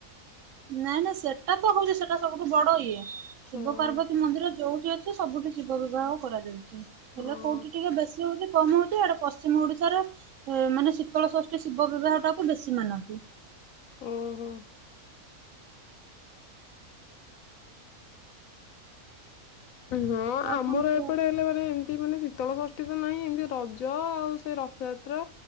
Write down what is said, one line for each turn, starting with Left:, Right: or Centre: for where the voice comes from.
Right: ନାଇଁ ନାଇଁ ସେଟା ତ ହଉଛି ସେଟା ସବୁଠୁ ବଡ ଇଏ।
Left: ହଁ
Right: ଶିବ ପାର୍ବତୀ ମନ୍ଦିର ଯୋଉ ଠି ଅଛି। ସବୁଠି ଶିବ ବିବାହ କରାଯାଉଛି। ହେଲେ
Left: ହଁ
Right: କୋଉଠି ଟିକେ ବେଶ୍ ହଉଛି କମ୍ ହଉଛି ଆଡେ, ପଶ୍ଚିମ ଓଡ଼ିଶାରେ ମାନେ, ଶୀତଳ ଷଷ୍ଠୀ ଶିବ ବିବାହ ଟାକୁ ବେଶୀ ମାନନ୍ତି।
Left: ଓହୋ। ହଁ,
Right: ଆଉ
Left: ଆମର
Right: କଣ କୁହ?
Left: ଏପଟେ ହେଲେ ମାନେ ଏମିତି ମାନେ ଶୀ ଶୀତଳ ଷଷ୍ଠୀ ତ ନାହିଁ, ଏମିତି ରଜ ଆଉ ସେ ରଥଯାତ୍ରା